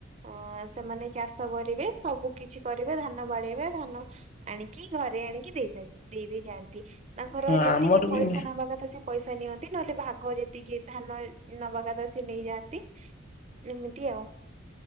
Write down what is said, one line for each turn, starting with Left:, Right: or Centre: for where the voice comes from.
Right: ଅ ସେମାନେ ଚାଷ କରିବେ ସବୁ କିଛି କରିବେ ଧାନ ବାଡେଇବା ଧାନ ଆଣିକି ଘରେ ଆଣିକି ଦେଇ ଦେଇ ଦେଇ ଯାଆନ୍ତି ତାଙ୍କର
Left: ହଁ
Right: ଯେତିକି
Left: ଆମର
Right: ପଇସା
Left: ବି
Right: ନବା କଥା ସେ ପଇସା ନିଅନ୍ତି ନହେଲେ ଭାଗ ଯେତିକି ଧାନ ଏ ନବା କଥା ସିଏ ନେଇଯାଆନ୍ତି ଏମିତି ଆଉ।